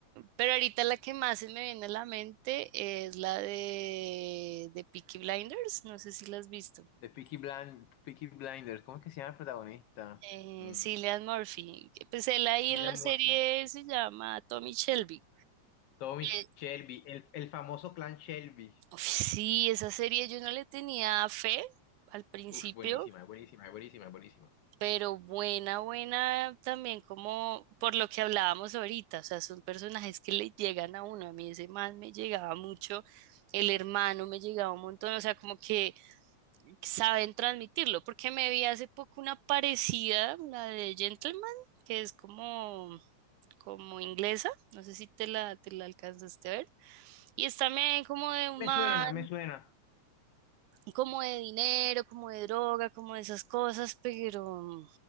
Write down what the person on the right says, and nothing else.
Pero ahorita la que más se me viene a la mente es la de, de Peaky Blinders, no sé si la has visto.
Eh,
Cillian Murphy, que, pues él ahí
en la serie
se llama Tommy Shelby.
Eh,
uf, sí, esa serie yo no le tenía fe al principio
Pero buena, buena también como por lo que hablábamos ahorita, o sea, son personajes que le llegan a uno, a mí ese man me llegaba mucho, el hermano me llegaba un montón, o sea, como que saben transmitirlo, porque me vi hace poco una parecida, la de Gentleman, que es como, como inglesa, no sé si te la, te la alcanzaste a ver, y es también como de un
man
como de dinero, como de droga, como de esas cosas, pero